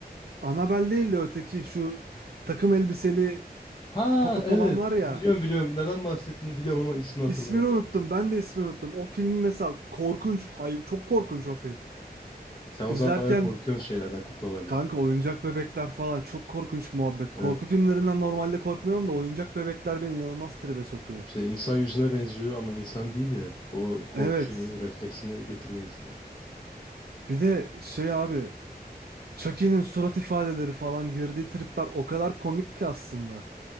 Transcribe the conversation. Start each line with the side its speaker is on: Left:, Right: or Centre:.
Right: Annabelle değil de öteki şu takım elbiseli
Left: Ha
Right: Puppet
Left: evet.
Right: olan var
Left: Biliyorum
Right: ya.
Left: biliyorum. Neden bahsettiğini biliyorum ama ismini
Right: İsmini
Left: hatırlayamıyorum
Right: unuttum.
Left: şu an.
Right: Ben de ismini unuttum. O film mesela korkunç. Hayır, çok korkunç o film.
Left: Sen o
Right: İzlerken
Left: zaman bayağı korkuyorsun şeylerden, kuklalardan.
Right: kanka oyuncak bebekler falan çok korkunç muhabbet.
Left: Evet.
Right: Korku filmlerinden normalde korkmuyorum da oyuncak bebekler beni inanılmaz tribe sokuyor.
Left: İşte insan yüzüne benziyor ama insan değil ya. O korku
Right: Evet.
Left: şeyini, refleksini getiriyor insana.
Right: Bir de şey abi Chucky'nin surat ifadeleri falan girdiği tripler o kadar komik ki aslında.